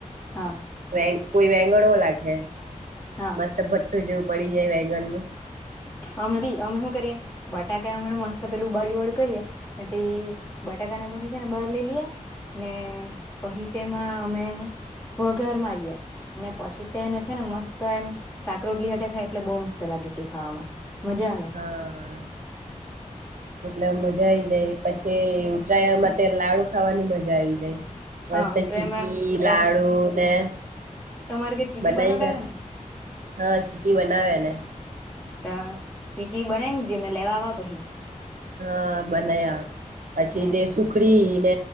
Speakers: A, on the left (about 20°); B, on the right (about 80°).
A: હા
B: વ કોઈ વેંગણ હોય લાગે હે
A: હા
B: મસ્ત ભઠ્ઠું જેવું પડી જાય વેગન નું
A: અમે ભી અમે શું કરીએ બટાકા અમના મસ્ત પેલું ઉબાળ્યું વાળું કરીએ અને તે બટા ટાને પછી છે ને બહાર લઈ લિયે ને પહી તેમાં અમે વઘાર મારીયે ને પછી તેને છે ને મસ્ત એમ સાક રોટલી હાતે ખાય એટલે બો મસ્ત લાગે ગટી ખાવામાં મજા આવે
B: હા એટલે મજા મજા આવીઈ જાય પછી ઉતરાયયા માટે લાડુ ખાવાની મજા આવી જાય
A: હા
B: મસ્ત
A: ઉતરાયણમાં
B: ચીકી લાડુ ને
A: તમારે ઘેર ચીકી
B: બનાવી
A: બનાવતા
B: કર
A: હે ને
B: હા ચીકી બનાવેને
A: ત ચીકી બનામ જે લેવાવા પછી
B: હા બના્યા પછી
A: હમ
B: તે સુખડી